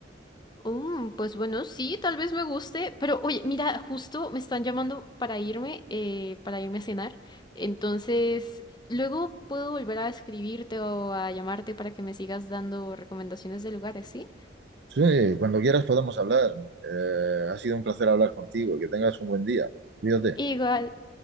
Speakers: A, on the left; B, on the right.
A: Mm, pues bueno, sí, tal vez me guste, pero oye, mira, justo me están llamando para irme, eh, para irme a cenar. Entonces, luego puedo volver a escribirte o a llamarte para que me sigas dando recomendaciones de lugares, ¿sí?
B: Sí, cuando quieras podemos hablar. Eh, ha sido un placer hablar contigo. Que tengas un buen día. Cuídate.
A: Igual,